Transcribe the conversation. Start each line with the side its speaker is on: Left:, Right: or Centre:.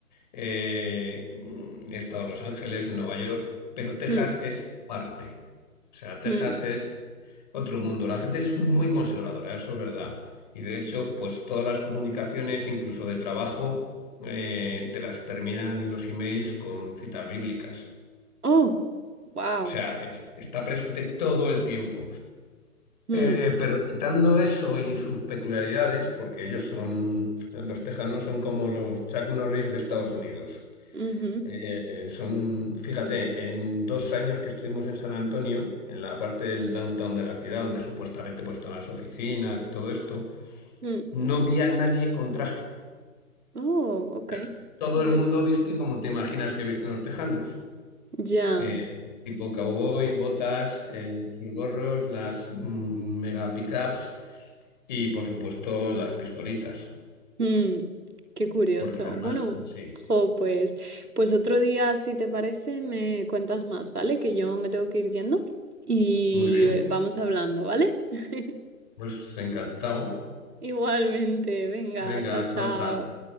Left: eh, he estado en Los Ángeles, en Nueva York, pero Texas
Right: mm,
Left: es parte. O sea, Texas
Right: mm.
Left: es otro mundo. La gente es muy conservadora, eso es verdad. Y de hecho, pues todas las comunicaciones, incluso de trabajo, eh, te las terminan en los emails con citas bíblicas.
Right: Oh, wow.
Left: O sea, eh, está presente todo el tiempo.
Right: Mm,
Left: Eh, pero quitando eso y sus peculiaridades, porque ellos son, los tejanos son como los Chuck Norris de Estados Unidos.
Right: ujú,
Left: Eh, son, fíjate, en dos años que estuvimos en San Antonio, en la parte del downtown de la ciudad, donde supuestamente pues, están las oficinas y todo esto,
Right: mm.
Left: no vi a nadie con traje.
Right: Oh, ok.
Left: O Todo
Right: Interesante.
Left: el mundo viste como te imaginas que visten los tejanos.
Right: Ya.
Left: Eh, tipo cowboy, botas, eh, gorros, las mm, mega pickups. Y por supuesto las pistolitas,
Right: Mm, qué curioso.
Left: porque armas,
Right: Bueno,
Left: sí.
Right: jo, pues, pues otro día, si te parece, me cuentas más, ¿vale? Que yo me tengo que ir yendo y
Left: Muy bien,
Right: eh, vamos hablando, ¿vale? <laughs>
Left: pues encantado.
Right: Igualmente, venga,
Left: Venga,
Right: chao,
Left: hasta
Right: chao.
Left: otra.